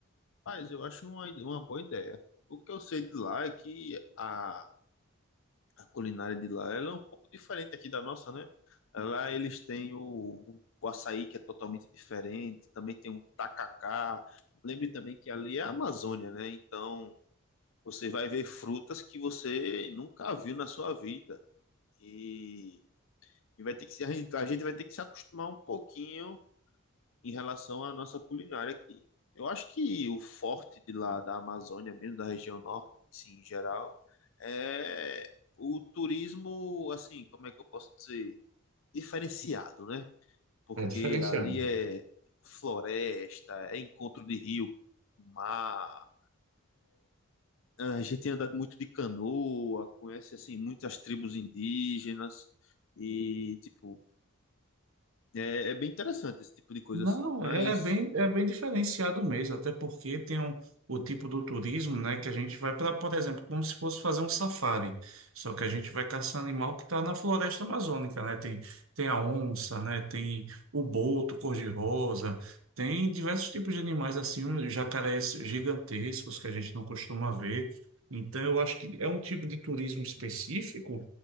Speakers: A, on the left; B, on the right.
A: Mas eu acho uma, uma boa ideia. O que eu sei de lá é que a, a culinária de lá ela é um pouco diferente aqui da nossa, né? Lá eles têm o, o açaí, que é totalmente diferente. Também tem um tacacá. Lembre também que ali é a Amazônia, né? Então você vai ver frutas que você nunca viu na sua vida. E E vai ter que se, a gente a gente vai ter que se acostumar um pouquinho em relação à nossa culinária aqui. Eu acho que o forte de lá da Amazônia, mesmo da região norte, assim, em geral, é o turismo, assim, como é que eu posso dizer? Diferenciado, né? Porque
B: É diferenciado.
A: ali é floresta, é encontro de rio, mar. A gente tem andado muito de canoa, conhece, assim, muitas tribos indígenas. E, tipo, É, é bem interessante esse tipo de coisa
B: Não,
A: assim. Mas,
B: é bem, é bem diferenciado mesmo, até porque tem um, o tipo do turismo, né, que a gente vai para, por exemplo, como se fosse fazer um safari, só que a gente vai caçar animal que está na floresta amazônica, né, tem, tem a onça, né, tem o boto cor-de-rosa, tem diversos tipos de animais assim, um jacarés gigantescos que a gente não costuma ver, então eu acho que é um tipo de turismo específico